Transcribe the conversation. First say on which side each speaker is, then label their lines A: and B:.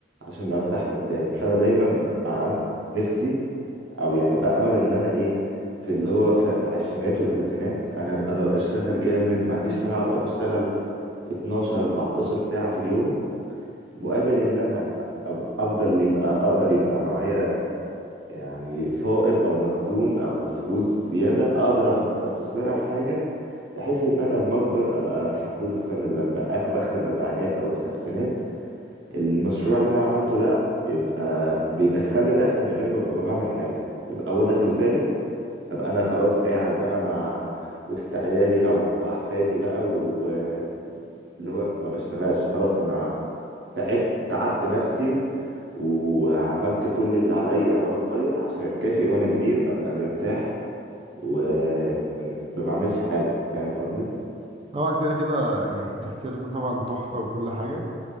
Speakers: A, on the right; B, on the right.
A: عشان أرتاح قدام فأنا دايما ببقى عن... نفسي أو يعني بقبل إن أنا إيه في اللي هو في العشرينات والثلاثينات أنا أبقى ببقى أشتغل جامد ما عنديش مانع أبقى بشتغل 12 14 ساعة في اليوم مقابل إن أنا أبقى- أفضل يبقى أقدر يبقى معايا يعني فائض او مخزون او فلوس زياده اقدر احط استثمرها في حاجه بحيث ان انا لما اكبر ابقى في حدود مثلا الأربع... اخر اخر الاربعينات او الخمسينات المشروع اللي انا عملته ده يبقى بيدخل لي دخل من غير ما ابقى بعمل حاجه يبقى هو دخله ثابت ابقى انا خلاص قاعد بقى مع وسط عيالي او احفادي بقى واللي هو ما بشتغلش خلاص انا تعبت تعبت نفسي وعملت كل اللي عليا وانا صغير عشان اتكافئ وانا كبير ابقى مرتاح وما بعملش حاجه فاهم قصدي
B: طبعا كده كده يعني التفكير ده طبعا تحفة وكل حاجة